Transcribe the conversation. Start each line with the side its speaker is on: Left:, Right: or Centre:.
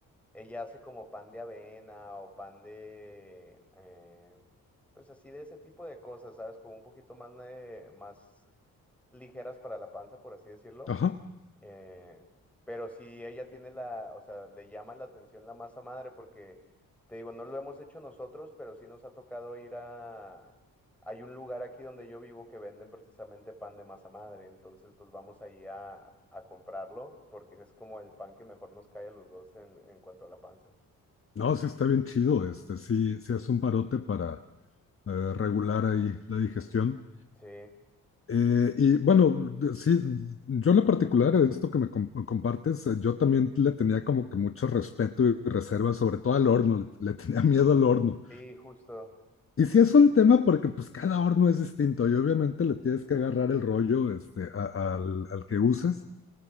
Centre: ella hace como pan de avena o pan de, eh, pues así de ese tipo de cosas, ¿sabes? Como un poquito más, eh, más ligeras para la panza, por así decirlo.
Left: Ajá.
Centre: Eh, pero si ella tiene la, o sea, le llama la atención la masa madre porque, te digo, no lo hemos hecho nosotros, pero sí nos ha tocado ir a... Hay un lugar aquí donde yo vivo que venden precisamente pan de masa madre, entonces pues vamos ahí a, a comprarlo porque es como el pan que mejor nos cae a los dos en, en cuanto a la panza.
Left: No, sí está bien chido, este, sí, sí es un parote para eh, regular ahí la digestión.
Centre: Sí,
Left: Eh, y bueno, de- sí, yo en lo particular, esto que me com- me compartes, eh, yo también le tenía como que mucho respeto y reserva, sobre todo al horno, le, le tenía miedo al horno.
Centre: sí, justo.
Left: Y sí es un tema porque pues cada horno es distinto y obviamente le tienes que agarrar el rollo este, a- al, al que uses